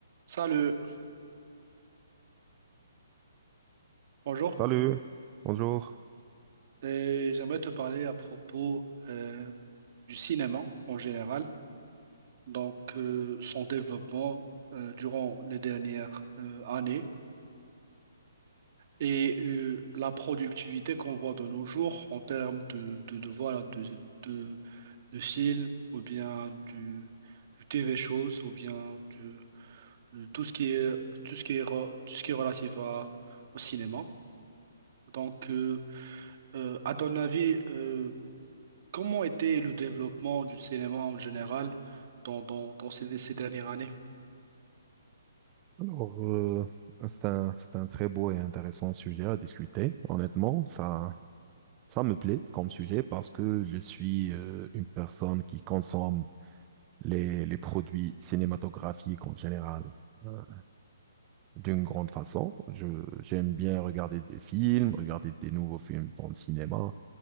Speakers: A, on the right (about 50°); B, on the right (about 25°).
A: Salut, bonjour.
B: Salut, bonjour.
A: Et j'aimerais te parler à propos euh, du cinéma en général, donc euh, son développement euh, durant les dernières euh, années et euh, la productivité qu'on voit de nos jours en termes de, de, de, voilà, de, de, de films ou bien du, du TV shows ou bien du- de tout ce qui est, tout ce qui est, re- tout ce qui est relatif à- au cinéma. Donc, euh, euh, à ton avis, euh, Comment était le développement du cinéma en général dans, dans, dans ces, ces dernières années?
B: Alors, euh, c'est un, c'est un très beau et intéressant sujet à discuter. Honnêtement, ça, ça me plaît comme sujet parce que je suis euh, une personne qui consomme les, les produits cinématographiques en général euh, d'une grande façon. Je, j'aime bien regarder des films, regarder des nouveaux films dans le cinéma